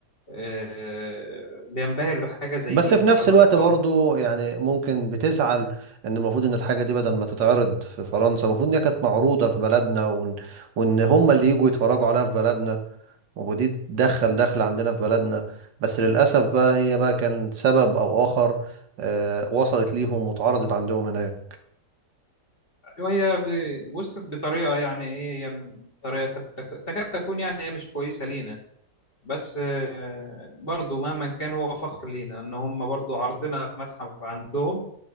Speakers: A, on the left; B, on the right.
A: آه، بينبهر بحاجه زي
B: بس
A: دي
B: في
A: بحاجه
B: نفس
A: باثار
B: الوقت برضو يعني ممكن بتزعل ان المفروض ان الحاجة دي بدل ما تتعرض في فرنسا المفروض ان هي كانت معروضة في بلدنا وان, وإن هم اللي يجوا يتفرجوا عليها في بلدنا ودي تدخل دخل عندنا في بلدنا بس للأسف بقى هي بقى كان سبب او آخر آه، وصلت ليهم واتعرضت عندهم هناك
A: وهي ب- وصلت بطريقه يعني ايه هي م- طريقه كانت- تكاد تكون يعني هي مش كويسه لينا بس آه، برضو مهما كان هو فخر لينا ان هم برضو عرضنا في متحف عندهم